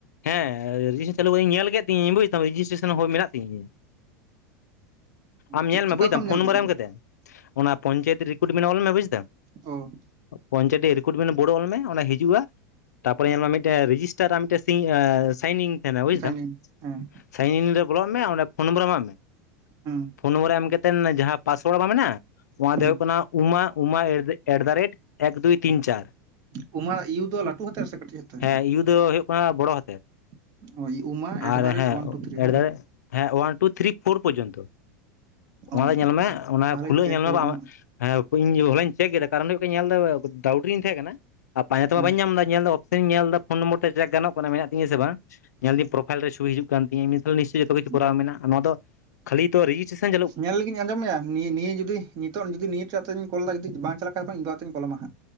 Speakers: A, on the left; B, on the right.
A: ᱦᱮᱸ ᱨᱮᱡᱤᱥᱴᱮᱥᱚᱱ ᱪᱟᱹᱞᱩ ᱠᱟᱛᱮ ᱧᱮᱞ ᱠᱮᱫ ᱛᱤᱧ ᱵᱩᱡ ᱫᱟᱢ ᱨᱮᱡᱤᱥᱴᱨᱮᱥᱚᱱ ᱦᱚᱸ ᱢᱮᱱᱟᱜ ᱛᱤᱧᱟᱹ ᱟᱢ
B: ᱪᱤᱠ
A: ᱧᱮᱞ ᱢᱮ
B: ᱚᱠᱟ
A: ᱵᱩᱡᱫᱟᱢ
B: ᱠᱷᱚᱱᱢ
A: ᱯᱷᱳᱱ
B: ᱧᱮᱞ
A: ᱱᱚᱢᱵᱟᱨ
B: ᱠᱮᱫᱟ
A: ᱮᱢ ᱠᱟ ᱠᱟᱛᱮᱫ ᱚᱱᱟ ᱯᱚᱧᱪᱟᱭᱮᱛ ᱨᱤᱠᱨᱩᱴᱢᱮᱱᱴ ᱚᱞ ᱢᱮ ᱵᱩᱡ ᱫᱟᱢ
B: ᱚ
A: ᱯᱚᱧᱪᱟᱭᱮᱛ ᱨᱤᱠᱨᱩᱴ ᱢᱮᱱ ᱵᱚᱲᱚ ᱚᱞᱢᱮ ᱚᱱᱟ ᱦᱤᱡᱩᱜ-ᱟ ᱛᱟᱨᱯᱚᱨᱮ ᱧᱮᱞ ᱢᱮ ᱢᱤᱫᱴᱟᱝ ᱨᱮᱡᱤᱥᱴᱟᱨ ᱢᱤᱫᱴᱟᱝ ᱥᱟᱭᱤᱱᱤᱝ ᱛᱟᱦᱮᱱᱟ ᱵᱩᱡ
B: ᱥᱟᱭᱤᱱ
A: ᱫᱟᱢ
B: ᱤᱱ ᱦᱮᱸ
A: ᱥᱟᱭᱤᱱ ᱨᱮ ᱵᱚᱞᱚᱜ ᱢᱮ ᱚᱸᱰᱮ ᱯᱷᱳᱱ ᱱᱚᱢᱵᱚᱨ ᱮᱢᱟᱜ ᱢᱮ
B: ᱦᱮᱸ
A: ᱯᱷᱳᱱ ᱱᱚᱢᱵᱚᱨ ᱮᱢ ᱠᱟᱛᱮᱫ ᱡᱟᱦᱟᱸ ᱯᱟᱥᱳᱣᱟᱨᱰ ᱵᱟ ᱢᱮᱱᱟᱜ-ᱟ ᱱᱚᱣᱟ
B: ᱦᱮᱸ
A: ᱫᱚ ᱦᱩᱭᱩᱜ ᱠᱟᱱᱟ ᱩᱢᱟ ᱩᱢᱟ ᱮᱴᱫᱟᱨᱮᱴ ᱮᱠ ᱫᱩᱭ ᱛᱤᱱ ᱪᱟᱨ
B: ᱩᱢᱟ ᱤᱭᱩ ᱫᱚ ᱞᱟᱹᱴᱩ ᱦᱟᱛᱮᱨ ᱥᱮ ᱠᱟᱹᱴᱤᱡ ᱦᱟᱛᱟᱨ
A: ᱦᱮᱸ ᱤᱭᱩ ᱫᱚ ᱦᱩᱭᱩᱜ ᱠᱟᱱᱟ ᱵᱚᱲᱚ ᱦᱟᱛᱮᱨ
B: <unintelligible> ᱩᱢᱟ ᱮᱴᱫᱟᱨᱮᱴ
A: ᱟᱨ ᱦᱮᱸ
B: ᱳᱣᱟᱱ ᱴᱩ ᱛᱷᱨᱤ
A: ᱮᱴᱫᱟ
B: ᱦᱮᱸ
A: ᱦᱮᱸ ᱚᱣᱟᱱ ᱛᱷᱨᱤ ᱯᱷᱳᱨ ᱯᱚᱨᱡᱚᱱᱛᱚ ᱚᱱᱟ
B: ᱚ
A: ᱫᱚ ᱧᱮᱞ ᱢᱮ ᱚᱱᱟ
B: ᱛᱟᱦᱚᱞᱮ
A: ᱠᱷᱩᱞᱟᱹᱣ
B: ᱪᱮᱠ
A: ᱧᱮᱞ ᱢᱮ
B: ᱦᱩᱭᱩᱜᱼᱟ
A: ᱵᱟᱝ
B: ᱦᱟᱸᱜ
A: ᱦᱮᱸ ᱤᱧ ᱦᱚᱞᱟᱧ ᱪᱮᱠ ᱠᱮᱫᱟ ᱠᱟᱨᱚᱱ ᱦᱩᱭᱩᱜ ᱧᱮᱞ ᱮᱫᱟ ᱰᱟᱣᱩᱴ ᱨᱤᱧ ᱛᱟᱦᱮᱸ ᱠᱟᱱᱟ ᱟᱨ ᱯᱟᱸᱡᱟ ᱛᱮᱢᱟ
B: ᱦᱩᱸ
A: ᱵᱟᱹᱧ ᱧᱟᱢ ᱮᱫᱟ ᱧᱮᱞᱫᱟ ᱚᱯᱥᱮᱱᱤ ᱧᱮᱞ ᱮᱫᱟ ᱯᱷᱚᱱ ᱱᱚᱢᱵᱚᱨ ᱛᱮ ᱪᱮᱠ ᱜᱟᱱ ᱠᱟᱱᱟ ᱢᱮᱱᱟᱜ ᱛᱤᱧ ᱥᱮ ᱵᱟᱝ ᱧᱮᱞᱟᱹᱧ ᱯᱨᱳᱯᱷᱟᱭᱤᱞ ᱨᱮ ᱪᱷᱩᱵᱤ ᱦᱤᱡᱩᱜ ᱠᱟᱱᱟ ᱠᱟᱱ ᱛᱤᱧᱟᱹ ᱡᱚᱛᱚ ᱠᱤᱪᱩ
B: ᱦᱩᱸ
A: ᱠᱚᱨᱟᱣ ᱢᱮᱱᱟᱜ-ᱟ ᱱᱚᱣᱟ ᱫᱚ ᱠᱷᱟᱹᱞᱤ ᱛᱚ ᱨᱮᱡᱤᱥᱴᱮᱥᱚᱱ
B: ᱧᱮᱞ ᱞᱟᱹᱜᱤᱫᱧ ᱟᱸᱡᱚᱢ ᱢᱮᱭᱟ ᱱᱤᱭᱟᱹ ᱱᱤᱭᱟᱹ ᱡᱩᱫᱤ ᱱᱤᱛᱚᱜ ᱡᱩᱫᱤ ᱱᱤᱭᱟ ᱠᱟᱛᱮ ᱠᱚᱞ ᱡᱩᱫᱤ ᱵᱟᱝ ᱪᱟᱞᱟᱜ ᱠᱷᱟᱱ ᱤᱧ ᱵᱟ ᱠᱟᱛᱮᱧ ᱠᱚᱞᱟᱢᱟ ᱦᱟᱜ